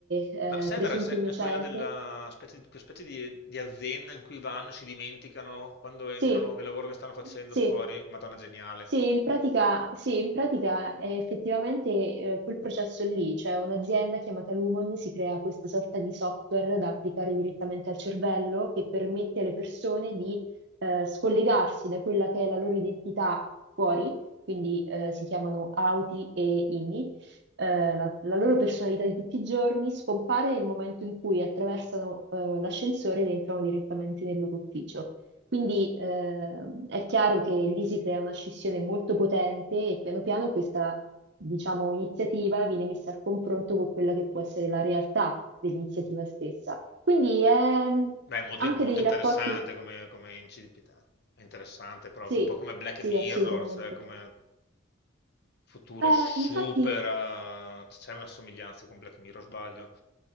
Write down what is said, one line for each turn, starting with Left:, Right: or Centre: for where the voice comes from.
Right: eh,
Left: Ma Severance
Right: Presunto Innocente.
Left: è è quella della specie, quella specie di, di azienda in cui vanno, si dimenticano quando entrano
Right: Sì,
Left: che lavoro che stanno facendo
Right: sì.
Left: fuori. Madonna, geniale.
Right: Sì, in pratica, sì, in pratica eh, effettivamente eh, quel processo lì, cioè un'azienda chiamata Lumon si crea questa sorta di software da applicare direttamente al cervello che permette alle persone di eh, scollegarsi da quella che è la loro identità fuori, quindi eh, si chiamano auti e inni. Eh, la, la loro personalità di tutti i giorni scompare nel momento in cui attraversano eh, l'ascensore ed entrano direttamente nel loro ufficio. Quindi eh, è chiaro che lì si crea una scissione molto potente e piano piano questa, diciamo, iniziativa viene messa al confronto con quella che può essere la realtà dell'iniziativa stessa. Quindi ehm,
Left: Beh, è molto,
Right: anche
Left: in- molto
Right: dei
Left: interessante
Right: rapporti,
Left: come, come incipita. È interessante proprio,
Right: sì,
Left: un po' come Black
Right: sì,
Left: Mirror,
Right: assolutamente.
Left: cioè come futuro
Right: Eh,
Left: super.
Right: infatti
Left: eh, c'è una somiglianza con Black Mirror, sbaglio.